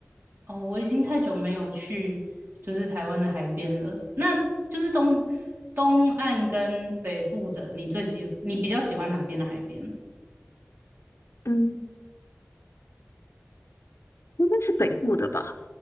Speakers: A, on the right; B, on the left.
A: 哦，我已经太久没有去就是台湾的海边了。那就是东东岸跟北部的，你最喜你比较喜欢哪边的海边？
B: 嗯，应该是北部的吧。